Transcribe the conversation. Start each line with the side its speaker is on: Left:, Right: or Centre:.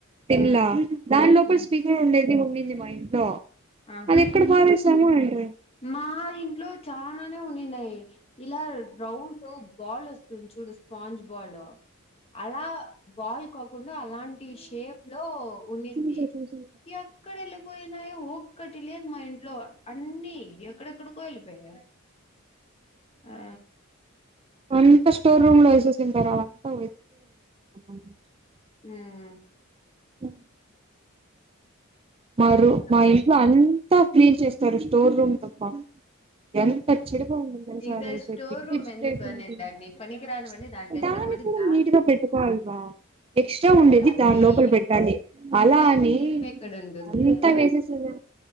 Right: టన్లా
Left: హ్మ్
Right: దాని లోపల
Left: హ్మ్
Right: స్పీకర్ ఉండేది ది ఉండింది మా ఇంట్లో
Left: ఆహా
Right: అది ఎక్కడ పారిస్ సమాన్ అంట
Left: మా ఇంట్లో చానా ఉనిన్నాయి ఇలా రౌండ్ బాల్ వస్తు తు చూడు స్పాంజ్ బాల్ అలా వాల్ కాకుండా అలాంటి షేప్ లో ఉండింది
Right: చూసా చూసా
Left: ఎక్కడ ఏళ్ళిపోయినాయో ఒక్కటి లేదు మా ఇంట్లో అన్ని ఎక్కడెక్కడకో ఎల్లిపోయాయి ఆ
Right: అంతా స్టోర్ రూమ్ లో ఏసేసింటారు అవంతా <unintelligible>
Left: హ్మ్
Right: ఓ మా
Left: ఇంకా
Right: రు మా ఇంట్లో అన్ అంతా క్లీన్ చేస్తారు స్టోర్ రూమ్లో ఎంత చెడుగా ఉంటుంది తెలుసా
Left: ఇంకా
Right: అది అయితే
Left: స్టోర్
Right: <unintelligible>
Left: రూమ్ ఎందుకు అనేదాన్ని పనికిరానివన్నీ దాంట్లో ఏస్తారు
Right: దాన్ని
Left: మళ్ళీ
Right: కూడా
Left: దాన్ని
Right: నీట్గా పెట్టుకోవాలిగా ఎక్స్ట్రా ఉండేది
Left: అయి
Right: దాని లోపల పెట్టాలి అలా
Left: టైం
Right: అని
Left: ఎక్కడుంటుందే
Right: అంతా వేసేసేదే